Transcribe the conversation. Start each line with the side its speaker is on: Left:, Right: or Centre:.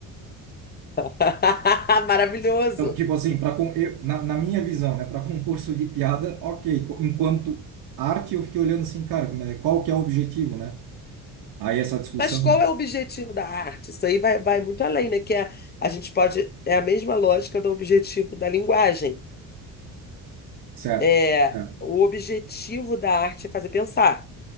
Left: <laughs> Maravilhoso.
Right: Então, tipo assim, para eu, na, na minha visão, né, para <laughs> concurso de piada, ok. Co- Enquanto arte, eu fiquei olhando assim, cara, como é- qual que é o objetivo, né? Aí essa discussão,
Left: Mas qual é o objetivo da arte? Isso aí vai, vai muito além, né? Que é, a gente pode. É a mesma lógica do objetivo da linguagem.
Right: certo?
Left: É,
Right: certo.
Left: o objetivo da arte é fazer pensar.